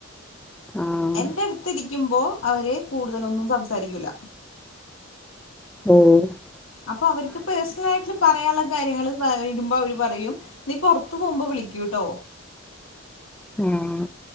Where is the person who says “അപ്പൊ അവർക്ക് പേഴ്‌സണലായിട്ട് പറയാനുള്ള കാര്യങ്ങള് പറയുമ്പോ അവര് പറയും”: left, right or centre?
Left